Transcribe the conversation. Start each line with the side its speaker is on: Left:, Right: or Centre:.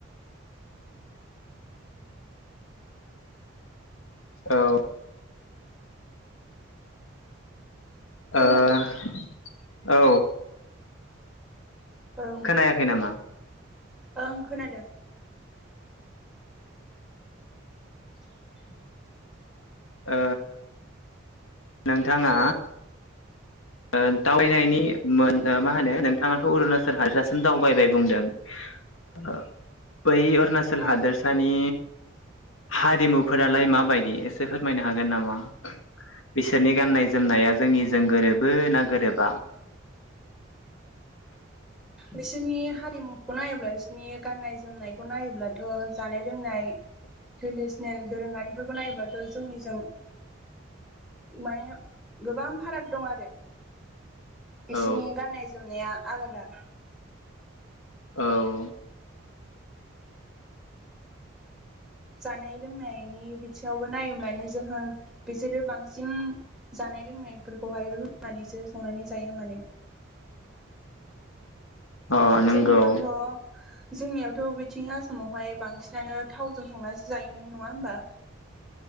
Left: औ। ओ।
Centre: हेलौ
Left: औ।
Centre: औ
Left: खोनायाखै नामा?
Centre: ओं खोनादों। <inaudible>
Left: ओ नोंथाङा ओ दावबायनायनि मोन मा होनो नोंथाङाथ' अरुणाचल हादसासिम दावबायबाय बुंदों ओ बै अरुणाचल
Centre: उम
Left: हादोरसानि हारिमुफोरालाय माबायदि एसे फोरमायनो हागोन नामा? बिसोरनि गाननाय जोमनाया जोंनिजों गोरोबो ना गोरोबा?
Centre: बिसोरनि हारिमुखौ नायोब्ला बिसोरनि गाननाय जोमनायखौ नायोब्लाथ जानाय लोंनाय ट्रेडिसनेल दोरोङारिफोरखौ नायोब्लाथ जोंनिजों माने गोबां फाराग दं आरो। इसिनि
Left: औ
Centre: गाननाय जोमनाया आलादा
Left: औ।
Centre: जानाय लोंनायनि बिथिङावबो नायोब्लानो जोंहा बिसोरो बांसिन जानाय लोंनायफोरखौहाय रुनानैसो संनानै जायो माने।
Left: अ नंगौ
Centre: जोंनियावथ' जोंनियावथ' बिथिं आसामाव हाय बांसिनानो थावजों संनासो जायो नङा होमबा?